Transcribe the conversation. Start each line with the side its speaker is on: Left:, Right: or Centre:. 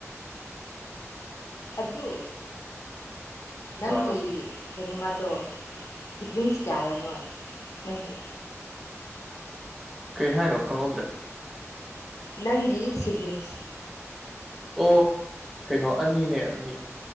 Left: ꯑꯗꯨ ꯅꯪꯒꯤ
Centre: ꯑ
Left: ꯀꯩꯅꯣ ꯃꯗꯣ ꯁꯤꯕ꯭ꯂꯤꯡꯁ ꯀꯌꯥꯔ ꯅꯣꯏ ꯅꯪꯒꯤ
Centre: ꯀꯩ ꯍꯥꯏꯅꯣ ꯈꯪꯍꯧꯗ꯭ꯔꯦ
Left: ꯅꯪꯒꯤ ꯁꯤꯕꯂꯤꯡꯁ
Centre: ꯑꯣ ꯀꯩꯅꯣ ꯑꯅꯤꯅꯦ ꯑꯅꯤ